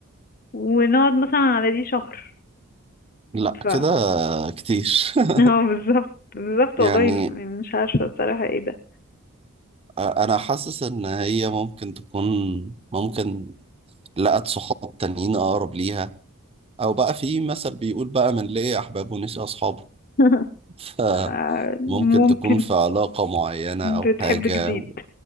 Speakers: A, on the left; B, on the right.
A: ونقعد مثلا على دي شهر
B: لا
A: ف <laughs>
B: كده كتير <laughs>
A: هو بالظبط بالظبط
B: يعني
A: والله م- مش عارفة بصراحة ايه ده
B: أنا حاسس إن هي ممكن تكون ممكن لقت صحاب تانيين أقرب ليها أو بقى في مثل بيقول بقى من لقي أحبابه ونسي أصحابه
A: <laughs>
B: <laughs>
A: آه،
B: فممكن
A: ممكن
B: تكون في علاقة معينة أو
A: بتحب
B: حاجة
A: جديد
B: و...